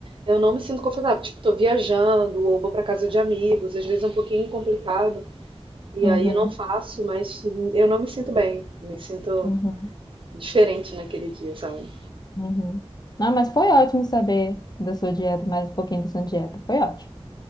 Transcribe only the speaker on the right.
eu não me sinto confortável. Tipo, tô viajando ou vou para casa de amigos, às vezes é um pouquinho complicado e
aí eu não faço, mas eu não me sinto bem. Me sinto
diferente naquele dia, sabe?